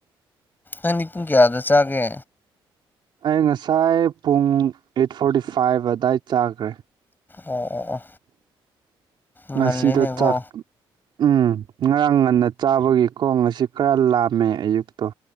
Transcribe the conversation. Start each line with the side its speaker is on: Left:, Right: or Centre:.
Left: ꯑꯅꯤ ꯄꯨꯡ ꯀꯌꯥꯗ ꯆꯥꯒꯦ
Right: ꯑꯩ ꯉꯁꯥꯏ ꯄꯨꯡ ꯑꯩꯠ ꯐꯣꯔꯇꯤ ꯐꯥꯏꯚ ꯑꯗꯨꯗꯥꯏ ꯆꯥꯈ꯭ꯔꯦ
Left: ꯑꯣ ꯑꯣ ꯑꯣ ꯉꯜꯂꯤꯅꯦꯀꯣ
Right: ꯉꯁꯤꯗꯣ ꯆꯥꯛ ꯎꯝ ꯉꯔꯥꯡ ꯉꯟꯅ ꯆꯥꯕꯒꯤ ꯈꯣꯡ ꯑꯁꯤ ꯈꯔ ꯂꯥꯝꯃꯦ ꯑꯌꯨꯛ ꯣ